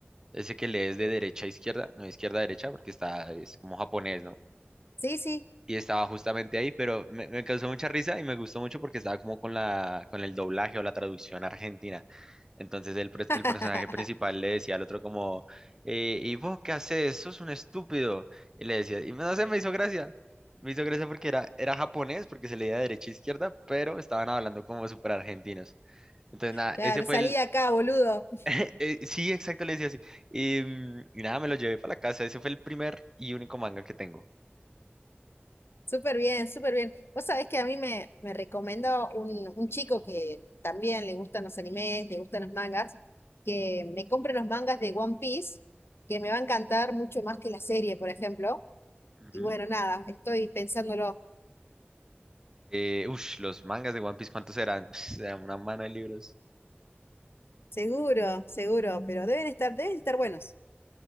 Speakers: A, on the right; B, on the left.
A: ese que lees de derecha a izquierda, no, izquierda a derecha, porque está, es como japonés, ¿no?
B: Sí, sí.
A: y estaba justamente ahí, pero me, me causó mucha risa y me gustó mucho porque estaba como con la, con el doblaje o la traducción argentina. Entonces el, pres-
B: <laughs>
A: el personaje principal le decía al otro como, eh, ¿y vos qué haces? Sos un estúpido. Y le decía, y no sé, me hizo gracia. Me hizo gracia porque era, era japonés, porque se leía de derecha a izquierda, pero estaban hablando como súper argentinos. Entonces, nada,
B: Claro,
A: ese fue
B: salí
A: el...
B: de acá, boludo.
A: eh, eh, sí, exacto, le decía así. Y, mm, y nada, me lo llevé para la casa. Ese fue el primer y único manga que tengo.
B: Súper bien, súper bien. Vos sabés que a mí me, me recomendó un, un chico que también le gustan los animes, le gustan los mangas, que me compre los mangas de One Piece, que me va a encantar mucho más que la serie, por ejemplo.
A: Ujú.
B: Y bueno, nada, estoy pensándolo.
A: Eh, ush, los mangas de One Piece, ¿cuántos eran? <laughs> Era una mano de libros.
B: Seguro, seguro, pero deben estar, deben estar buenos.